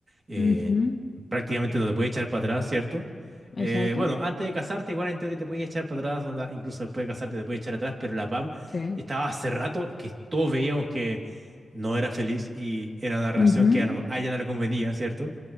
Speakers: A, on the right (about 40°); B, on the left (about 45°).
A: eh,
B: Ujú,
A: prácticamente no te puedes echar para atrás, ¿cierto?
B: exacto.
A: Eh, bueno, antes de casarte, igual en teoría te puedes echar para atrás, onda, incluso después de casarte te puedes echar atrás, pero la PAM
B: Sí.
A: estaba hace rato que todos veíamos que no era feliz y era una relación
B: Ujú,
A: que a, lo- a ella no le convenía, ¿cierto?